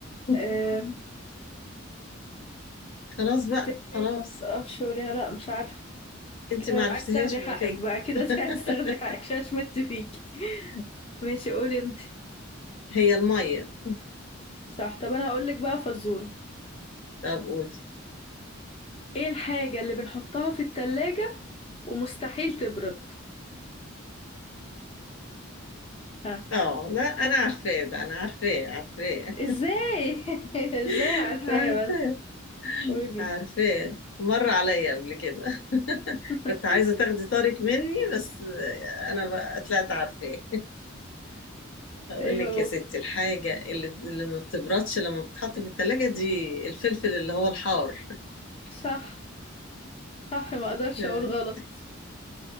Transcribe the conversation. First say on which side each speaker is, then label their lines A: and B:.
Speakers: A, on the left; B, on the left.
A: <laughs>
B: آه
A: خلاص بقى
B: بتجري
A: خلاص
B: وما بتقفش وليها لا مش عارف
A: انت
B: انت كده
A: ما
B: بقى
A: عرفتهاش
B: عايز تاخدي
A: يبقى
B: حقك
A: كده
B: بقى كده
A: <laughs>
B: انت عايز تاخدي حقك ششمت فيكي ماشي قولي انت
A: هي الميه
B: صح طب انا هقول لك بقى فزورة
A: <laughs> طب قولي
B: ايه الحاجة اللي بنحطها في التلاجة ومستحيل تبرد ها
A: اه لا انا عارفاه ده انا عارفاه عارفاه
B: ازاي <laughs> ازاي
A: <laughs>
B: عارفاه
A: عارفاه
B: بس قولي
A: عارفاه مر عليا قبل كده <laughs>
B: <laughs>
A: كنت عايزه تاخدي طارق مني بس انا بقى طلعت عارفاه اقول
B: ايه
A: لك
B: هو
A: يا ستي الحاجه اللي اللي ما بتبردش لما بتتحط في الثلاجه دي الفلفل اللي هو الحار
B: صح صح ما اقدرش
A: <laughs>
B: اقول غلط